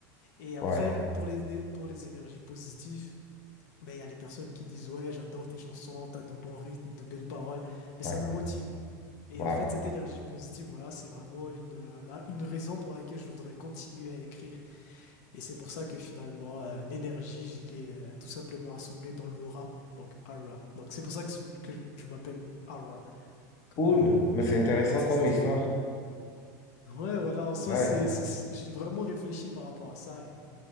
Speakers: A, on the left; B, on the left.
A: Et après,
B: ouais,
A: pour les, né- pour les énergies positives, ben, il y a les personnes qui disent, ouais, j'adore tes chansons, t'as de bons rythmes, de belles paroles, mais
B: ouais.
A: ça me motive. Et
B: Wow.
A: en fait, cette énergie positive, voilà, c'est vraiment une, euh, la- une raison pour laquelle je voudrais continuer à écrire. Et c'est pour ça que finalement, euh, l'énergie, je l'ai euh, tout simplement assemblée dans l'aura, donc aura. Donc c'est pour ça que je que je m'appelle Aura comme
B: Cool.
A: euh,
B: Mais c'est intéressant
A: artiste.
B: comme histoire.
A: Ouais, voilà, en soi,
B: Ouais,
A: c'est, c'est- c'est- j'ai vraiment réfléchi par rapport à ça et